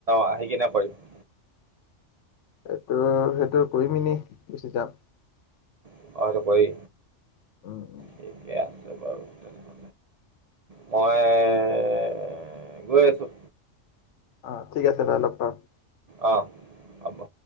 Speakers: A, on the right; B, on the left.
A: আহি কিনে কৰিম।
B: এইটো সেইটো কৰিম এনে গুচি যাম।
A: অ সেইটো কৰি,
B: উম উম।
A: ঠিকে আছে। <unintelligible> মই গৈ আছোঁ।
B: অৱ ঠিক আছে লৈ লগ পাম।
A: অৱ, হ'ব।